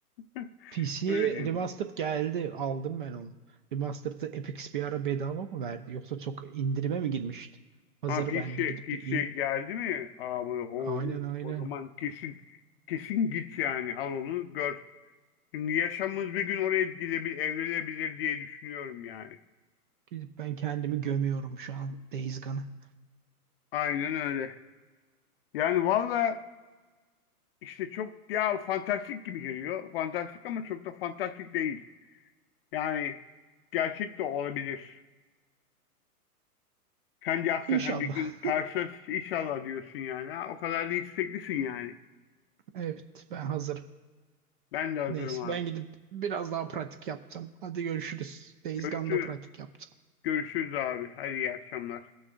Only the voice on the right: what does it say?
PC'ye
Remastered geldi. Aldım ben onu. Remastered'ı Epic bir ara bedava mı verdi? Yoksa çok indirime mi girmişti? Hazır
ben de gidip
bir in...
Aynen
aynen.
Gidip ben kendimi gömüyorum şu an Days Gone'a.
İnşallah.
<laughs> Evet ben hazırım.
Neyse
ben gidip biraz daha pratik yaptım. Hadi görüşürüz. Days
Gone'da pratik yaptım.